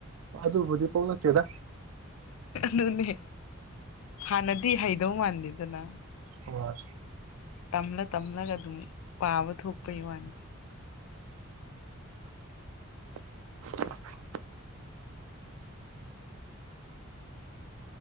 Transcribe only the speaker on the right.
ꯑꯗꯨꯕꯨꯗꯤ ꯐꯅꯠꯇꯦꯗ
ꯑꯔ
<inaudible>